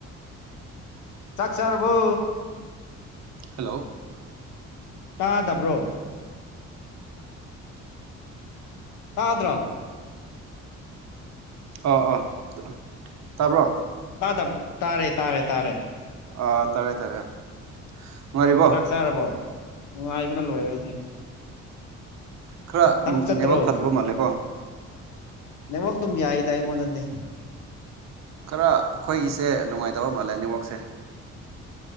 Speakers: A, on the left (about 80°); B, on the right (about 60°).
A: ꯆꯥꯛ ꯆꯥꯔꯔꯕꯣ
B: ꯍꯜꯂꯣ
A: ꯇꯥꯗꯕ꯭ꯔꯣ ꯇꯥꯗ꯭ꯔꯣ
B: ꯑꯥ ꯑꯥ ꯇꯥꯕ꯭ꯔꯣ
A: ꯇꯥꯗꯕ ꯇꯥꯔꯦ ꯇꯥꯔꯦ ꯇꯥꯔꯦ
B: ꯑꯥ ꯇꯥꯔꯦ ꯇꯥꯔꯦ ꯅꯨꯡꯉꯥꯏꯔꯤꯕꯣ
A: ꯆꯥꯛ ꯆꯥꯔꯕꯣ ꯅꯨꯡꯉꯥꯏꯕꯅ ꯂꯣꯏꯔ‌ꯦ ꯑꯩꯗꯤ
B: ꯈꯔ
A: ꯊꯕꯛ ꯆꯠꯇ꯭ꯔꯣ
B: ꯅꯦꯋꯥꯛ ꯐꯠꯇꯕ ꯃꯥꯜꯂꯦꯀꯣ
A: ꯅ‌ꯦꯋꯥꯛ ꯑꯗꯨꯝ ꯌꯥꯏꯗ ꯑꯩꯪꯉꯣꯟ ꯗꯗꯤ
B: ꯈꯔ ꯑꯩꯈꯣꯏꯒꯤꯁꯦ ꯅꯨꯡꯉꯥꯏꯇꯕ ꯃꯥꯜꯂꯦ ꯅꯅꯤꯋꯥꯛꯁꯦ